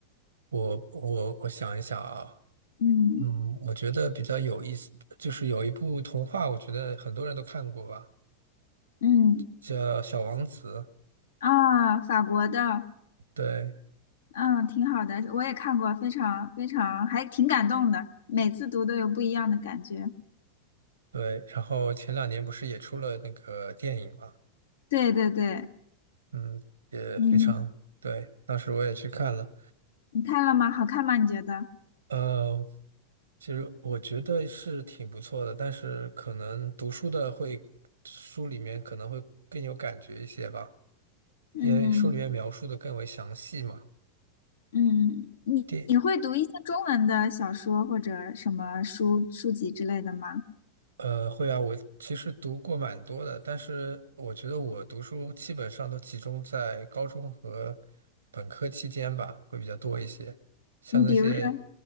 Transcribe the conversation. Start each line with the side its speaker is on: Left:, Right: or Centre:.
Right: 我我我想一想啊，
Left: 嗯
Right: 嗯，我觉得比较有意思，就是有一部童话，我觉得很多人都看过吧，
Left: 嗯
Right: 叫《小王子》。
Left: 啊，法国的，
Right: 对
Left: 嗯，挺好的，我也看过，非常非常，还挺感动的，每次读都有不一样的感觉。
Right: 对，然后前两年不是也出了那个电影嘛，
Left: 对对对，
Right: 嗯，也非常对，
Left: 嗯，
Right: 当时我也去看了。
Left: 你看了吗？好看吗？你觉得？
Right: 呃，其实我觉得是挺不错的，但是可能读书的会，书里面可能会更有感觉一些吧，
Left: 嗯
Right: 因为书里面描述的更为详细嘛。
Left: 嗯，你你会读一些中文的小说或者什么书书籍之类的吗？
Right: 电，呃，会啊，我其实读过蛮多的，但是我觉得我读书基本上都集中在高中和本科期间吧，会比较多一些。像那些
Left: 你比如说，